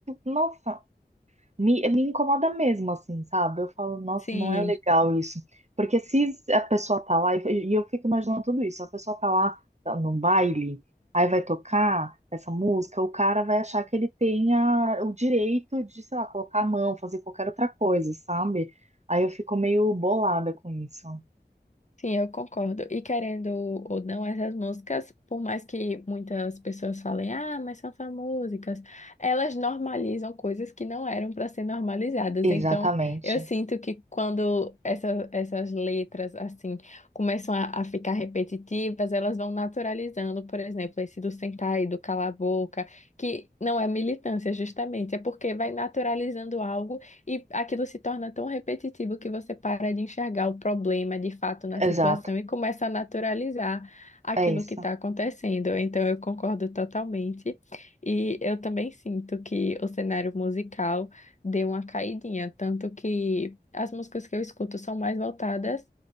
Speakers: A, on the right; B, on the left.
A: nossa. Me, me incomoda mesmo, assim, sabe? Eu falo, nossa,
B: Sim.
A: não é legal isso. Porque se a pessoa tá lá, e e eu fico imaginando tudo isso, a pessoa tá lá tá num baile, aí vai tocar essa música, o cara vai achar que ele tenha o direito de, sei lá, colocar a mão, fazer qualquer outra coisa, sabe? Aí eu fico meio bolada com isso.
B: Sim, eu concordo. E querendo ou não, essas músicas, por mais que muitas pessoas falem, ah, mas são só músicas, elas normalizam coisas que não eram para ser normalizadas.
A: Exatamente,
B: Então, eu sinto que quando essa, essas letras, assim, começam a, a ficar repetitivas, elas vão naturalizando, por exemplo, esse do sentar e do calar a boca, que não é militância, justamente, é porque vai naturalizando algo. E aquilo se torna tão repetitivo que você para de enxergar o problema de fato na
A: exato,
B: situação e começa a naturalizar aquilo
A: é isso.
B: que está acontecendo. Então, eu concordo totalmente. E eu também sinto que o cenário musical deu uma caidinha, tanto que as músicas que eu escuto são mais voltadas